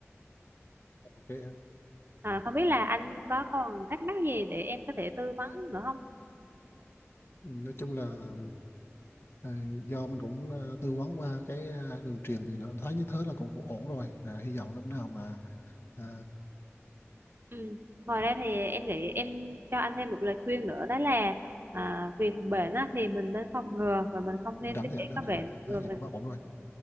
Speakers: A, on the left; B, on the right.
A: ok em
B: À, không biết là anh có còn thắc mắc gì để em có thể tư vấn nữa không?
A: Ừ, nói chung là À, do mình cũng à, tư vấn qua cái à, đường truyền thì nó thấy như thế là cũng, cũng ổn rồi à, hy vọng lúc nào mà à,
B: Ừ. Ngoài ra thì em nghĩ em cho anh thêm một lời khuyên nữa đó là à, việc bệnh á, thì mình nên phòng ngừa và mình không nên
A: rảnh
B: để
A: thì anh đến
B: có
A: là
B: bệnh rồi
A: ở vậy
B: mình
A: là quá ổn rồi